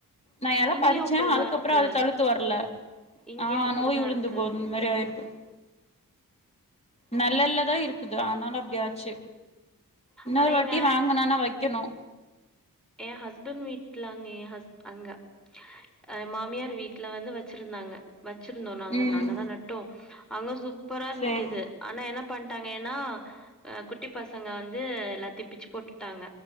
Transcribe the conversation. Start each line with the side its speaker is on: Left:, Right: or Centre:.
Left: நான் இல
Centre: இங்கேயு
Left: பறிச்சேன்
Centre: அப்படிதா
Left: அதுக்கப்புறம்
Centre: இருக்கு
Left: அத தழு வர்ல
Centre: இங்கேயு
Left: ஆஹ்
Centre: அப்படிதா
Left: நோய் விழுந்து
Centre: இருக்கு
Left: போது இந்த மாதிரி <unintelligible> நெலல்லதான் இருக்குது ஆனாலும் அப்டி ஆச்சு இன்னொரு
Centre: ஆனா
Left: வாட்டி
Centre: எங்க
Left: வாங்கனும்னா வைக்கணும்
Centre: என் ஹஸ்பண்ட் வீட்லாங்கே என் ஹஸ் அங்க என் மாமியார் வீட்ல வந்து வச்சிருந்தாங்க வச்சிருந்தோம் நாங்க
Left: ம்
Centre: நாங்க தான் நட்டோம் அங்க சூப்பரா
Left: சேரி
Centre: நி்க்கது ஆனா என்னா பண்ட்டாங்க ஏன்னா அஹ் குட்டி பசங்க வந்து எல்லாத்தையும் பிச்சு போட்டுட்டாங்க